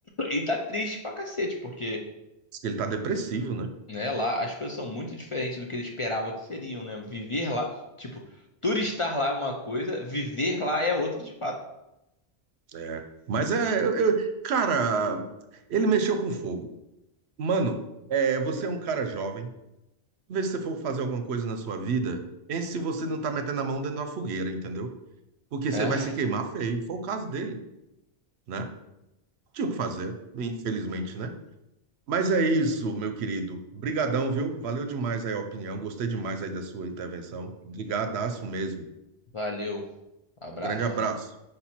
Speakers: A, on the left; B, on the right.
A: E tá triste pra cacete, porque.
B: Diz que Ele tá depressivo, né?
A: né? Lá as coisas são muito diferentes do que ele esperava que seriam, né? Viver lá, tipo, turistar lá é uma coisa, viver lá é outra de fato.
B: É. Mas é, eu- eu- cara, ele mexeu com fogo. Mano, é, você é um cara jovem. Vê se você for fazer alguma coisa na sua vida, pense se você não tá metendo a mão dentro da fogueira, entendeu? Porque
A: É,
B: você vai se queimar feio. Foi o caso dele, né? Tinha o que fazer, infelizmente, né? Mas é isso, meu querido. Brigadão, viu? Valeu demais aí a opinião. Gostei demais aí da sua intervenção. Brigadaço mesmo.
A: valeu. Abraço.
B: Grande abraço.